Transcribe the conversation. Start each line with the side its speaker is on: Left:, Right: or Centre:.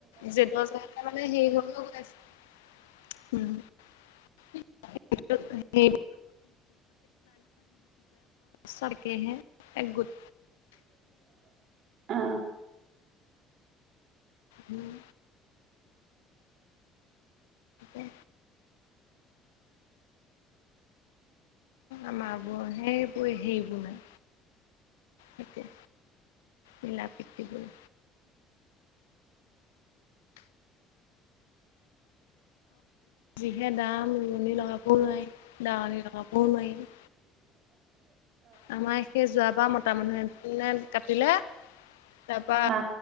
Left: জ মানে হে হৈও গৈছে। সেই। চাৰকে এক গুট।
Right: অ অ।
Left: উম। উে আমাৰ ব সেইবোৰ সেইবোৰ নাই। সয়া মিলা পিতিব। যিহে দাম ৰোৱনী লগাব নোৱাৰি দাৱনী লগাবও নোৱাৰি?
Right: অঁ
Left: আমাৰ সেই যোৱাবাৰ মতা মানুহে কাটিলে। তাৰপা
Right: অ